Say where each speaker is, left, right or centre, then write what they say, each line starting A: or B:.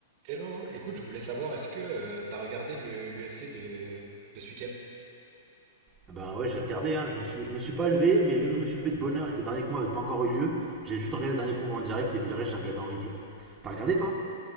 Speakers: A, on the right (about 40°); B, on the right (about 15°).
A: Hello, écoute, je voulais savoir, est-ce que tu t'as regardé l'UFC de, de ce week-end?
B: Ben ouais, j'ai regardé, hein, je, me suis, je me suis pas levé, mais vu que je me suis levé de bonne heure et que le dernier combat avait pas encore eu lieu, j'ai juste regardé le dernier combat en direct et puis le reste j'ai regardé en replay. T'as regardé toi